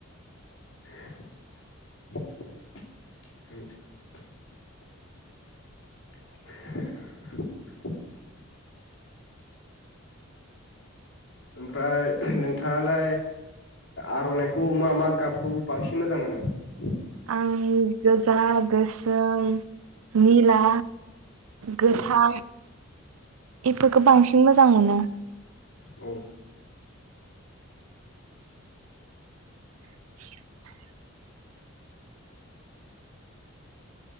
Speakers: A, on the left (about 65°); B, on the right (about 80°).
A: <inaudible> <inaudible> ओमफ्राय नोंथांङालाय आरनाइखौ मा मा गाबखौ बांसिन मोजां मोनो
B: आं गोजा, गोसोम, निला गोथां
A: औ
B: एफोरखौ बांसिन मोज जां मोनो
A: औ
B: <inaudible>